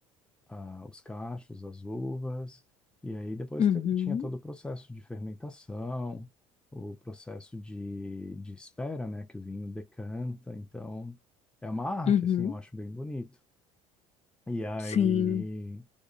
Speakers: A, in the centre; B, on the left.
A: a- os cachos, as uvas, e aí depois
B: uhum,
A: teve- tinha todo o processo de fermentação, o processo de, de espera, né, que o vinho decanta, então é uma arte,
B: uhum.
A: assim, eu acho bem bonito. E aí,
B: Sim.